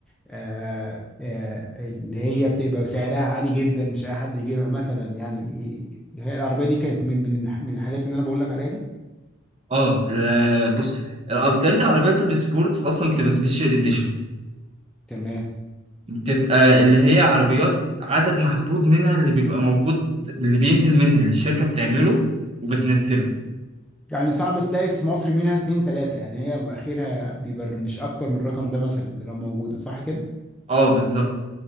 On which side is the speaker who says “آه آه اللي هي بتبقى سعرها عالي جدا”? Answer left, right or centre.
Centre